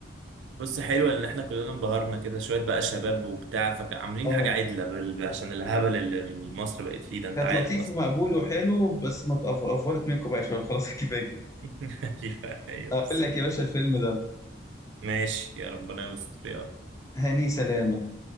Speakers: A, on the right; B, on the left.
A: بص حلو ان احنا كلنا انبهرنا كده شويه بقى شباب وبتاع فعاملين
B: اه
A: حاجه عدله بال- عشان الهبل اللي مصر بقت فيه ده انت
B: كانت
A: عارف
B: لطيف
A: اصلا
B: ومقبول وحلو بس ما تقف- افورت منكم بقى يا شباب <laughs> خلاص كفايه كده
A: <laughs> ايوه ايوه
B: اقول
A: بس
B: لك يا باشا الفيلم ده
A: ماشي يا ربنا يستر يا رب
B: هاني سلامه